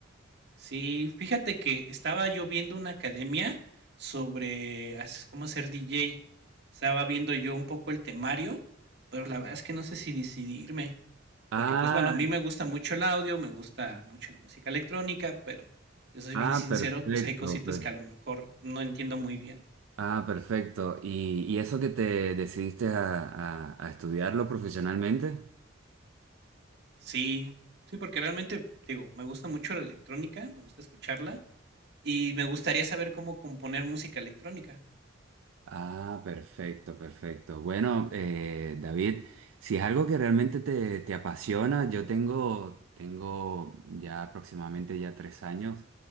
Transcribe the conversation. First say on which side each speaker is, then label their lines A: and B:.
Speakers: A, on the right; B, on the right.
A: Sí, fíjate que estaba yo viendo una academia sobre as- cómo ser DJ. Estaba viendo yo un poco el temario, pero la verdad es que no sé si decidirme,
B: Ah,
A: porque pues bueno, a mí me gusta mucho el audio, me gusta mucho la música electrónica, pero te soy
B: ah,
A: bien sincero,
B: perfecto.
A: pues hay cositas
B: per-
A: que a lo mejor no entiendo muy bien.
B: Ah, perfecto. ¿Y, y eso que te decidiste a, a a estudiarlo profesionalmente?
A: Sí, sí, porque realmente, digo, me gusta mucho la electrónica, me gusta escucharla y me gustaría saber cómo componer música electrónica.
B: Ah, perfecto, perfecto. Bueno, eh, David, si es algo que realmente te, te apasiona, yo tengo, tengo ya aproximadamente ya tres años